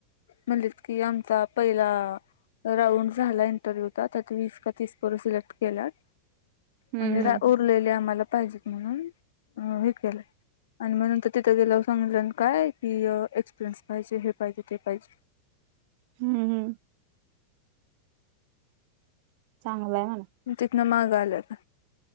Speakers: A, on the left; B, on the right.
A: म्हणलीत कि आमचा पहिला राऊंड झालायं इंटरव्ह्यूचा त्यात वीस का तीस पोर सिलेक्ट केल्यात.
B: हम्म
A: आणि
B: हम्म.
A: रा उरलेल्या आम्हाला पाहिजेत म्हणून हें केलंय. आणि मग नंतर तिथं गेल्यावर सांगितल्यात काय की एक्सपिरियन्स पाहिजे हे पाहिजे ते पाहिजे.
B: हुं हुं. चांगलंयं म्हण.
A: तिथनं माग आल्याता,